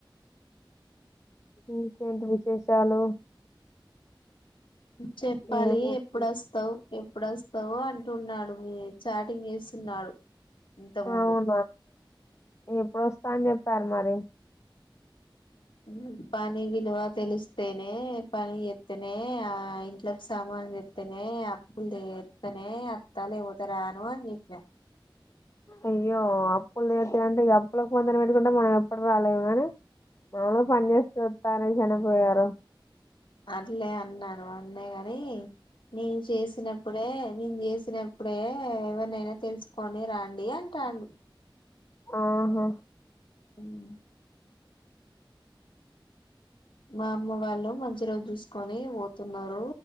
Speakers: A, on the left; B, on the left.
A: ఇంకేంటి విశేషాలు
B: చెప్పాలి
A: ఏముంది
B: ఎప్పుడు వస్తావ్ ఎప్పుడొస్తావో అంటున్నాడు మీ చాటింగ్ చేస్తున్నాడు ఇంతకు ముందు
A: అవునా ఎప్పుడొస్తా అని జెప్పారు మరి
B: మ్మ్ పని విలువ తెలిస్తేనే పని జేత్తనే, ఆ ఇంట్లోకి సామానులు తెత్తనే, అప్పులు తీర్తనే అత్తా లేకవొతే రాను అని జెప్నా.
A: అయ్యో అప్పులు తీర్తయి అంటే ఇగ అప్పుల పొందనె వెట్టుకుంటే మనం ఎప్పుడు రాలేమ్ గాని. డోలో పని చేస్తద్ తానే చనిపోయారు
B: అట్లే అన్నాను అన్నే కాని నేను చేసినప్పుడే నేను జేసినప్పుడే ఎవరినైనా తెలుసుకొని రాండి అంటాండు
A: ఆహా
B: మ్మ్ మా అమ్మ వాళ్ళు మంచి రోజు జూసుకొని వోతున్నారు